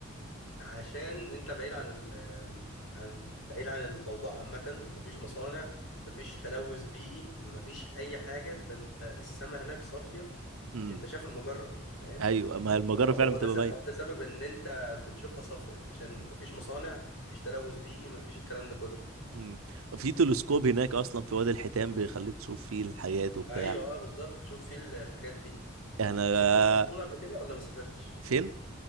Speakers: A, on the left; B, on the right.
A: عشان انت بعيد عن ال عن بعيد عن الضوضاء عامة ومفيش مصانع مفيش تلوث بيئي مفيش أي حاجة فانت السماء هناك صافية
B: امم
A: انت شايف المجرة فاهم
B: ايوه ما هي المجره
A: هو
B: فعلا
A: هو
B: بتبقى
A: ده س-
B: باينه
A: هو ده سبب ان انت بتشوفها صافية عشان مفيش مصانع مفيش تلوث بيئي مفيش الكلام ده كله
B: مم. في تلسكوب هناك اصلا في وادي الحيتان بيخليك تشوف فيه الحاجات وبتاع
A: ايوه اه بالظبط تشوف فيه ال- الحاجات دي
B: يعني انا
A: سافرت أسوان قبل كده ولا ما سافرتش؟
B: فين